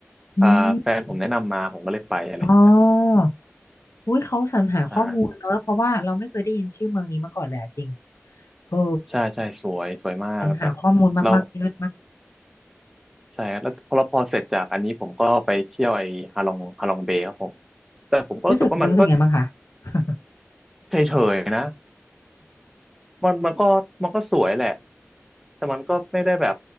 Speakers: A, on the left; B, in the centre.
A: อืม
B: อ่าแฟนผมแนะนำมาผมก็เลยไปอะไรอย่างนั้น
A: อ๋ออุ้ยเขาสรรหาข้อมูลเนอะเพราะว่าเราไม่เคยได้ยินชื่อเมืองนี้มาก่อนเลยอะจริง
B: ใช่
A: เออ
B: ใช่ใช่สวยสวยมากแบบ
A: สรรหาข้อมูลมากๆเลิศมาก
B: แล้ว ใช่ครับแล้วพอแล้วพอเสร็จจากอันนี้ผมก็ไปเที่ยวไอ้ฮาลองฮาลองเบย์ครับผมแต่ผมก็รู้สึกว่ามันก็
A: รู้สึกรู้สึกไงบ้างคะ <laughs>
B: เฉยๆนะ มันมันก็มันก็สวยแหละแต่มันก็ไม่ได้แบบ